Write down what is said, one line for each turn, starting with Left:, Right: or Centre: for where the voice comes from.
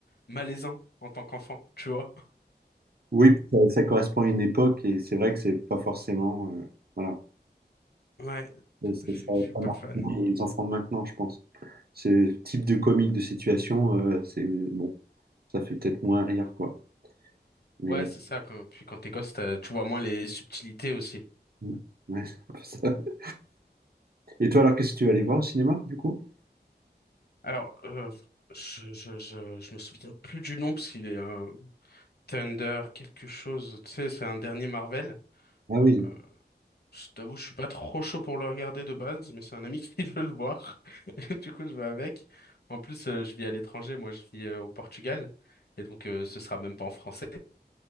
Left: malaisant en tant qu'enfant, tu vois.
Right: Oui, puis ça, ça correspond à une époque et c'est vrai que c'est pas forcément, euh, voilà.
Left: Ouais, du
Right: Et
Left: coup,
Right: c'est
Left: je
Right: ça,
Left: je suis
Right: ça
Left: pas
Right: marque
Left: fan.
Right: bien les enfants de maintenant, je pense. Ce type de comique de situation, euh, c'est bon, ça fait peut-être moins rire, quoi. Mais
Left: Ouais, c'est ça. Quand, puis quand t'es gosse, t'as- tu vois moins les subtilités aussi.
Right: ouais, <laughs> c'est un peu ça. Et toi, alors, qu'est-ce que tu vas aller voir au cinéma, du coup?
Left: Alors, euh, je, je, je, je me souviens plus du nom parce qu'il est un Thunder quelque chose. Tu sais, c'est un dernier Marvel.
Right: Ah oui.
Left: Euh, je t'avoue, je suis pas trop chaud pour le regarder de base, mais c'est un ami <laughs> qui veut le voir. <laughs> Du coup, je vais avec. En plus, euh, je vis à l'étranger. Moi, je vis euh, au Portugal. Et donc, euh, ce sera même pas en français.